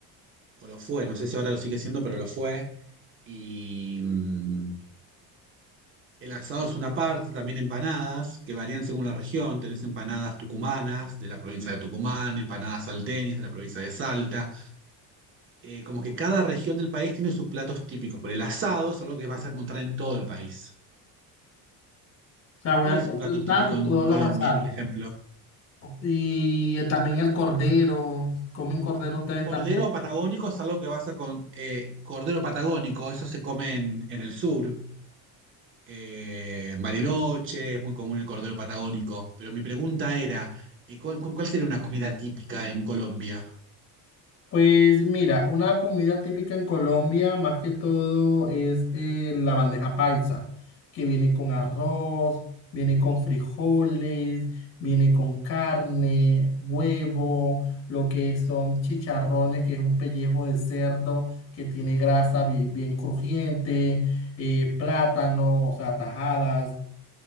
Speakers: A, on the right; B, on the left.
A: o lo fue, no sé si ahora lo sigue siendo, pero lo fue. Y mm, el asado es una parte, también empanadas, que varían según la región. Tenés empanadas tucumanas de la provincia de Tucumán, empanadas salteñas de la provincia de Salta. eh, como que cada región del país tiene sus platos típicos, pero el asado es algo que vas a encontrar en todo el país.
B: O sea, voy
A: ¿Cuál
B: a
A: es
B: completar
A: un plato típico en
B: todos
A: Colombia,
B: los asados.
A: por ejemplo?
B: Y también el cordero. ¿Comen cordero ustedes
A: Cordero
B: también?
A: patagónico es algo que vas a con eh, cordero patagónico, eso se come en, en el sur. Eh, Bariloche, es muy común el cordero patagónico. Pero mi pregunta era, eh, ¿cuál- ¿con cuál sería una comida típica en Colombia?
B: Pues mira, una comida típica en Colombia, más que todo, es eh, la bandeja paisa, que viene con arroz, viene con frijoles, viene con carne, huevo, lo que son chicharrones, que es un pellejo de cerdo que tiene grasa bi- bien, crujiente, eh, plátano, o sea, tajadas.